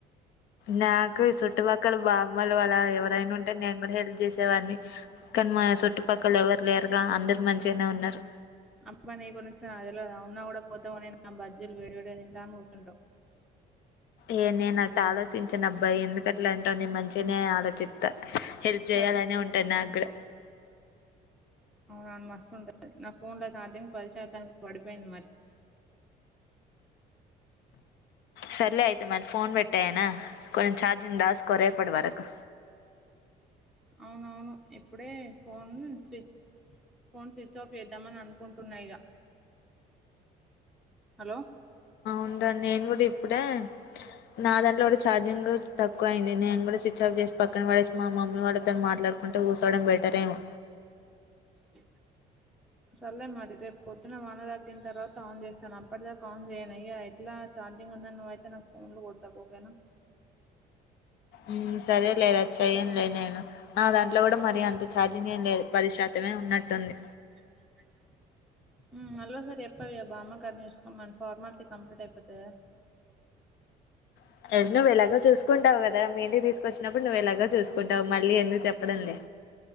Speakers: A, on the left; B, in the centre.
A: నాకు చుట్టుపక్కల బామ్మలు అలా ఎవరైనా ఉంటే నేను గుడా హెల్ప్ చేసేవాడ్ని. కానీ మా చుట్టుపక్కల ఎవరు లేరుగా, అందరు మంచిగానే ఉన్నారు.
B: అబ్బా నీ గురించి నాక్ తేల్వదా, ఉన్నా గుడా పోతే పోనీ అని, నా బజ్జీలు వేడి వేడి తింటా అని కూసుంటావ్.
A: ఏ నేనాట్ట ఆలోచించినాబ్బా ఎందుకట్లాంటవ్, నేన్ మంచిగానే ఆలోచిత్త. హెల్ప్
B: సర్లే
A: చేయాలనే ఉంటది నాగ్గూడ.
B: అవునావును మస్తు ఉంటంది. నా ఫోన్ లో ఛార్జింగ్ పది శాతానికి పడిపోయింది మరి.
A: సర్లే అయితే మరి ఫోన్ పెట్టేయనా, కొంచెం ఛార్జింగ్ దాస్కో రేపటి వరకు.
B: అవునవును ఇప్పుడే ఫోన్ స్వి ఫోన్ స్విచ్ ఆఫ్ చేద్దామని అనుకుంటున్నా ఇగ. హలో ఆ
A: ఉంటాను, నేను గుడా ఇప్పుడే నా దాంట్లో గుడా ఛార్జింగ్ తక్కువ అయింది, నేను కూడా స్విచ్ ఆఫ్ జేసి, పక్కన పడేసి మా మమ్మీ వాళ్ళతో మాట్లాడుకుంటు కుసోవడం బెటరేమో.
B: ఆ సర్లే మారి రేపు పొద్దున వాన తగ్గిన తర్వాత ఆన్ జేస్తాను, అప్పటిదాకా ఆన్ చేయనయ ఇగ, ఎట్లా చ చార్జింగ్ ఉందనీ నువ్ అయితే నాకు ఫోన్లు గొట్టకు ఓకేనా.
A: ఉమ్ సరేలే రా, చెయనులే నేను నా దాంట్లో గుడా మరి అంత ఛార్జింగ్ ఏం లేదు, పది శాతం మే ఉన్నట్టుంది.
B: <inaudible> ఉమ్ మల్లొసారీ చెప్పవ్ బామ్మ గార్ నీ చూసుకోమని, ఫార్మాలిటీ కంప్లీట్ అయిపోతది కదా. ఆ
A: <unintelligible> నువ్ ఇలాగో చూసుకుంటావు కదా, మీ ఇంటికి తీసుకొచ్చినప్పుడు నువ్ ఎలాగో చూసుకుంటావు, మళ్ళీ ఎందుకు చెప్పడం లే.